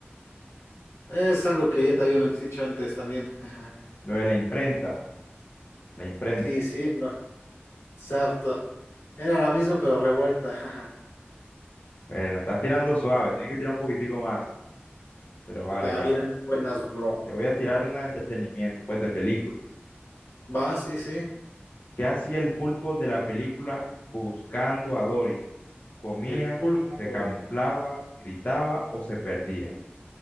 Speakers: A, on the left; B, on the left.
A: Es algo que ya te había dicho antes también. <laughs>
B: Lo de la imprenta, la imprenta.
A: Sí, sí, bro. Exacto. Era la misma, pero revuelta. <laughs>
B: Bueno, estás tirando suave, tienes que tirar un poquitico más. Pero vale,
A: Y también
B: vale.
A: vienen las buenas, bro.
B: Te voy a tirar una de entretenimiento, pues de películas.
A: Va, sí, sí.
B: ¿Qué hacía el pulpo de la película Buscando a Dory? ¿Comía,
A: El pulpo.
B: se camuflaba, gritaba o se perdía?